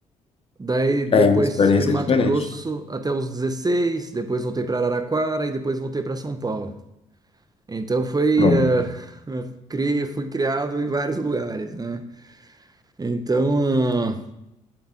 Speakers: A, on the right; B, on the left.
A: Daí, depois,
B: é uma experiência
A: fiquei no Mato
B: diferente.
A: Grosso até os dezesseis Depois, voltei para Araraquara e depois voltei para São Paulo. Então, foi.
B: Pronto.
A: eh, <laughs> eu fui criado em vários lugares, né? Então, ah,